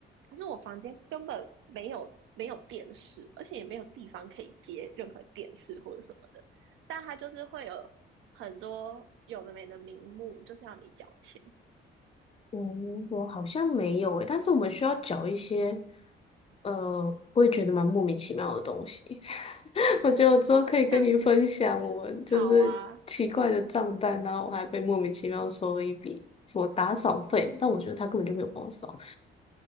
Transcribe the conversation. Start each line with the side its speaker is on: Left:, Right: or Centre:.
Right: 可是我房间根本没有没有电视，而且也没有地方可以接任何电视或者什么的，但它就是会有很多有的没的名目，就是要你缴钱。
Left: 嗯，我好像没有诶、但是我们需要缴一些，呃，我也觉得蛮莫名其妙的东西。<laughs> 我觉得我之后可以跟你分享我们就是奇怪的账单，
Right: 像是好啊，
Left: 然后我还被莫名其妙收了一笔什么打扫费，但我觉得他根本就没有帮我扫。